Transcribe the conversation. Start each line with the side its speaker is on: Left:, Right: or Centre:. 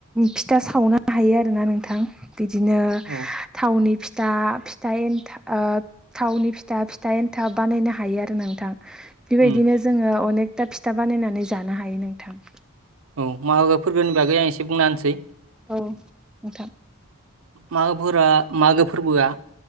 Centre: फिथा सावनो हायो आरोना नोंथां बिदिनो
Right: औ
Centre: थावनि फिथा फिथा एन्थाब थावनि फिथा थन्ड थाब बानायनो हायो आरो नोंथां बेबायदिनो
Right: उम
Centre: जोङो अनेक दा फिथा बानायनानै जानो हायो नोंथां
Right: औ मागो फोरबोनि बागै आं एसे बुंना होनसै
Centre: औ नोंथां
Right: मागोफोरा मागो फोरबोआ